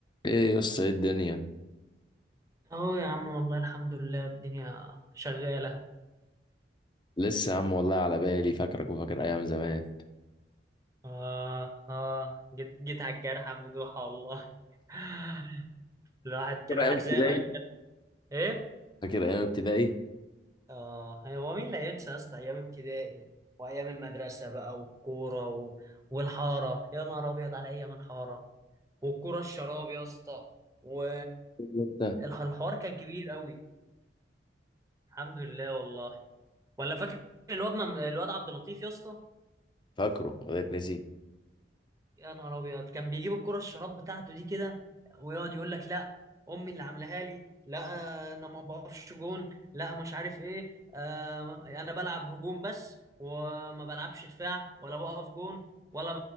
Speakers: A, on the left (about 25°); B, on the right (about 20°).
A: ايه يا اسطى ايه الدنيا
B: اهو يا عم والله الحمد لله الدنيا شغالة
A: لسه يا عم والله على بالي فاكرك وفاكر ايام زمان
B: اه اه جيت جيت على الجرح يا مدوحة والله <laughs> الواحد
A: فاكر
B: الواحد
A: ايام ابتدائي
B: زي ما كان ايه
A: فاكر ايام ابتدائي
B: اه هو مين اللي هينسى يا اسطى ايام ابتدائي وايام المدرسة بقى والكورة و... والحارة يا نهار ابيض على ايام الحارة والكورة الشراب يا اسطى و
A: انت
B: الح- الحوار كان كبير قوي الحمد لله والله ولا فاكر الواد مم... الواد عبد اللطيف يا اسطى
A: فاكره ولا اتنسي
B: يا نهار ابيض كان بيجيب الكرة الشراب بتاعته دي كده ويقعد يقول لك لا امي اللي عاملاها لي لا انا ما بقفش جون لا مش عارف ايه آه، انا بلعب هجوم بس وما بلعبش دفاع ولا بقف جون ولا